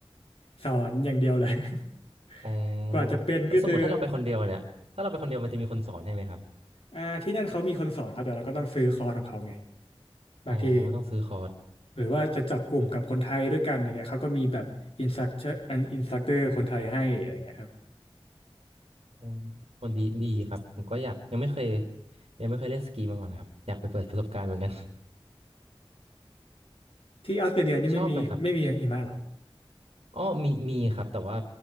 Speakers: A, on the left; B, on the right.
A: สอนอย่างเดียวเลย
B: อ๋อ
A: <laughs> กว่าจะเป็นก็คือ
B: แล้วสมมติถ้าเราไปคนเดียวเนี่ยถ้าเราไปคนเดียวมันจะมีคนสอนให้ไหมครับ
A: อ่าที่นั่นเขามีคนสอนครับแต่เราก็ต้องซื้อคอร์สของเขาไงบางที
B: อ๋อต้องซื้อคอร์ส
A: หรือว่าจะจับกลุ่มกับคนไทยด้วยกันอะไรเงี้ยเขาก็มีแบบอินสตัคเตอร์อันอินสตัคเตอร์คนไทยให้อะไรเงี้ยครับ
B: อ๋อคนดีดีครับผมก็อยากยังไม่เคยยังไม่เคยเล่นสกีมาก่อนนะครับอยากไปเปิดประสบการณ์เหมือนกัน
A: ที่ออสเตรเลียนี่ไม่มีไม่มีหิมะเหรอ
B: <laughs> ชอบไหมครับอ๋อมีมีครับแต่ว่า